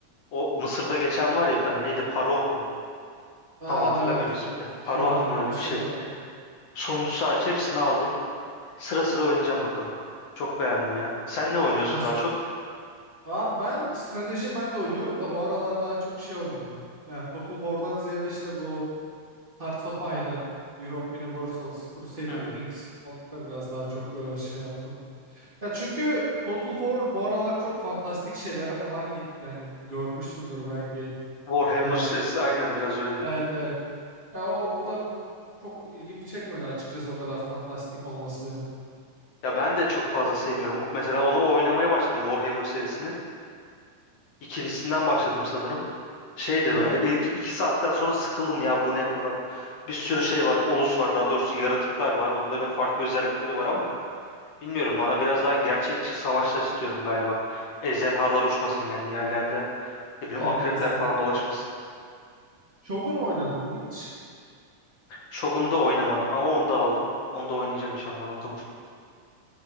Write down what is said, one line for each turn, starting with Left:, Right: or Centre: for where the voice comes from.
Left: O Mısır'da geçen var ya bir tane neydi? Paroh mu?
Right: Aa
Left: Tam hatırlamıyorum
Right: evet.
Left: ismini de.
Right: Firavunlu
Left: Paroah mı öyle
Right: bir şey
Left: bir şey.
Right: vardı.
Left: Sonuncusu hariç hepsini aldım. Sıra sıra oynayacağım bakalım. Çok beğendim ya. Sen ne oynuyorsun
Right: Kaç
Left: daha çok?
Right: Abi ben strateji ben de oynuyorum da bu aralar daha çok şey oynuyorum. Yani Total War'dan ziyade işte bu Hearts of Iron, Europe Universals, Crusader
Left: Hmm.
Right: Kings onlara biraz daha çok e, şey yaptım. Ya çünkü Total War bu aralar çok fantastik şeylere falan gitti. Yani görmüşsündür belki.
Left: Warhammer
Right: Ee,
Left: serisi aynen biraz öyle.
Right: evet evet. Ya o, o da çok ilgimi çekmedi açıkçası o kadar fantastik olması benim.
Left: Ya ben de çok fazla sevmiyorum. Mesela onu oynamaya başladım Warhammer serisini. İkincisinden başladım sanırım. Şey de
Right: Evet.
Left: böyle ilk iki saatten sonra sıkıldım ya bu ne falan. Bir sürü şey var. Ulus var daha doğrusu yaratıklar var. Onların farklı özellikleri var ama bilmiyorum bana biraz daha gerçekçi savaşlar istiyorum galiba. Ejderhalar uçmasın yani yerlerde. Ne bileyim
Right: Evet
Left: akrepler
Right: kesinlikle.
Left: falan dolaşmasın.
Right: Shogun oynadın mı hiç?
Left: Shogun'u da oynamadım ama onu da aldım. Onu da oynayacağım inşallah bakalım.